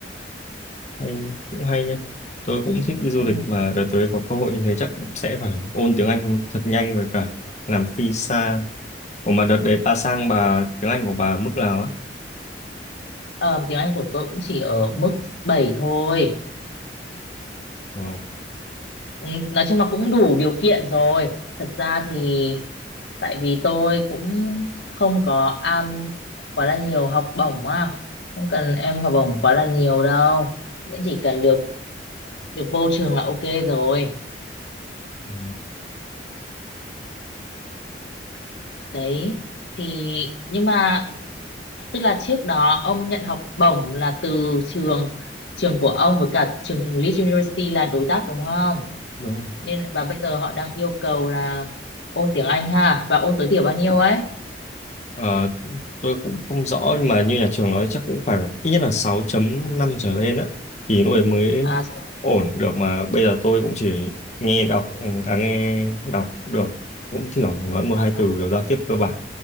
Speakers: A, on the left; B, on the left.
A: hay cũng hay nha. Tôi cũng thích đi du
B: Ừ.
A: lịch mà đợt tới có cơ hội như thế chắc cũng sẽ phải ôn tiếng Anh thật nhanh với cả làm visa Ủa mà đợt đấy bà sang bà tiếng Anh của bà ở mức nào ấy?
B: Ờ, tiếng Anh của tôi cũng chỉ ở mức 7 thôi
A: Wow.
B: Ừ, nói chung là cũng đủ điều kiện rồi. Thật ra thì tại vì tôi cũng không có am quá là nhiều học bổng á, không cần em học bổng quá là nhiều đâu. Miễn chỉ cần được được vô trường là ok rồi.
A: Ừ,
B: Đấy thì nhưng mà tức là trước đó ông nhận học bổng là từ trường trường của ông với cả trường Leeds University là đối tác đúng không?
A: đúng rồi.
B: Nên và bây giờ họ đang yêu cầu là ôn tiếng Anh ha và ôn tối thiểu bao nhiêu ấy?
A: Ờ, tôi cũng không rõ nhưng mà như nhà trường nói chắc cũng phải ít nhất là sáu chấm năm trở lên á thì lúc ấy mới
B: À rồi.
A: ổn được mà bây giờ tôi cũng chỉ nghe đọc ừ, à, nghe đọc được cũng thiểu nói một hai
B: À,
A: từ kiểu giao tiếp cơ bản